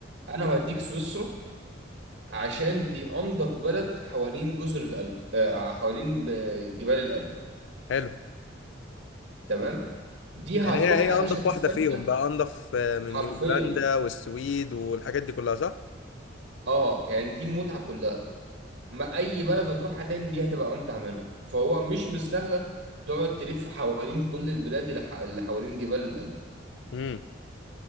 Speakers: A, on the right; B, on the left.
A: أنا هوديك سويسرا عشان دي أنظف بلد حوالين جزر القلب آه، حوالين آه، جبال الألب
B: حلو
A: تمام دي هتروح
B: يعني هي هي
A: يا باشا
B: انضف
A: تستمتع
B: واحده فيهم بقى انضف آه، من
A: حرفيا
B: نيوزيلندا والسويد والحاجات دي كلها صح
A: اه يعني دي المتعة كلها ما اي بلد هتروحها تاني دي هتبقى امتع منها فهو مش مستاهله تقعد تلف حوالين كل البلاد اللي ح- اللي حوالين جبال الألب
B: امم